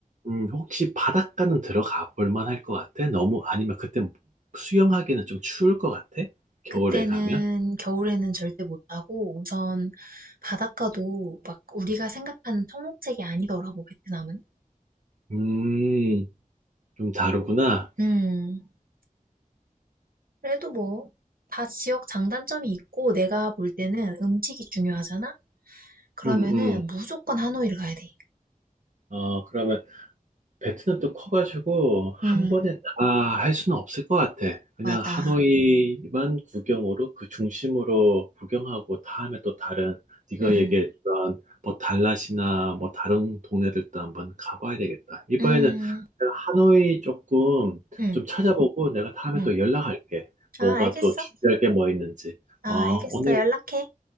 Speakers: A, on the right; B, on the right.
A: 음, 혹시 바닷가는 들어가 볼 만할 것 같아? 너무, 아니면 그때 수영하기는 좀 추울 것 같아? 겨울에
B: 그때는
A: 가면?
B: 겨울에는 절대 못 가고 우선 바닷가도 막 우리가 생각하는 청록색이 아니더라고, 베트남은.
A: 음, 좀 다르구나.
B: 음. 그래도 뭐 다 지역 장단점이 있고 내가 볼 때는 음식이 중요하잖아. 그러면은
A: 음, 음.
B: 무조건 하노이를 가야 돼.
A: 어, 그러면 베트남도 커가지고 한
B: 음,
A: 번에 다 할 수는 없을 것 같아. 그냥
B: 맞아.
A: 하노이만 구경으로 그 중심으로 구경하고 다음에 또 다른 네가
B: 음,
A: 얘기했던 뭐 달랏이나 뭐 다른 동네들도 한번 가봐야 되겠다. 이번에는
B: 음,
A: 내가 하노이 조금
B: 음,
A: 좀 찾아보고 내가 다음에
B: 음.
A: 또 연락할게.
B: 아,
A: 뭐가
B: 알겠어.
A: 또 준비할 게 뭐 있는지.
B: 아,
A: 어,
B: 알겠어.
A: 오늘,
B: 연락해.